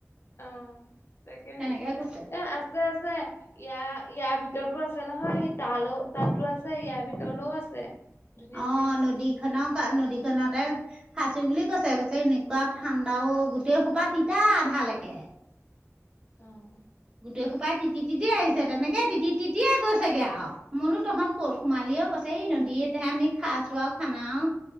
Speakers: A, on the left (about 50°); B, on the right (about 15°).
A: অ', তাকেহে
B: তেনেকে কৈছে
A: এ আছে -আছে ইয়াৰ ইয়াৰ ভিত ভিতৰতো আছে নহয় সি তালো তাতো আছে ইয়াৰ ভিতৰলৈও আছে। ধুনীয়া
B: অ',
A: ধুনীয়া আহি
B: নদী
A: আছে
B: খন নদী খনতে ফাচি বুলি কৈছে কৈছে এনেকুৱা ঠাণ্ডা অহ গোটেই সোপা তিতা আধালৈকে।
A: অহ
B: গোটেই সোপাই তি- তি আহিছে তেনেকে তি- তি- তিতিয়ে গৈছে আওঁ মোলো তহঁত ক'ত সোমালি অহ কৈছে এই নদী এতিহে আমি খাইছো আৰু খানাও।